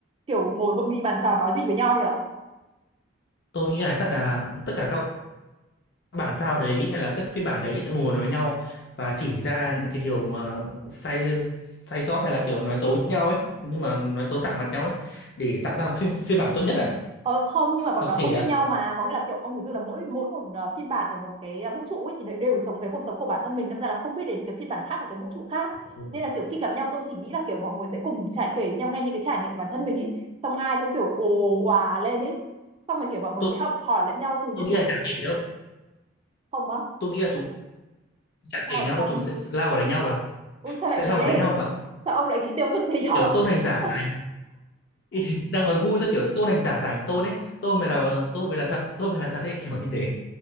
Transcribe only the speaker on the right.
Kiểu ngồi hội nghị bàn tròn nói gì với nhau nhỉ?
Ờ không nhưng mà bọn
nó
không
biết nhau mà có nghĩa là kiểu ông hình dung là mỗi mỗi một ờ, phiên bản ở một cái ờ, vũ trụ ấy thì lại đều sống cái cuộc sống của bản thân mình đâm ra là không biết đến cái phiên bản khác của cái vũ trụ khác
nên là kiểu khi gặp nhau tôi chỉ nghĩ là kiểu mọi người sẽ cùng trải kể với nhau nghe những cái trải nghiệm của bản thân mình ấy xong ai cũng kiểu ồ òa lên ấy xong rồi kiểu mọi người
sẽ học hỏi lẫn nhau từ
như
kiểu
không á
tại sao
lại không
ui sao
lại
thế
sao ông lại nghĩ tiêu cực thế nhở
<laughs>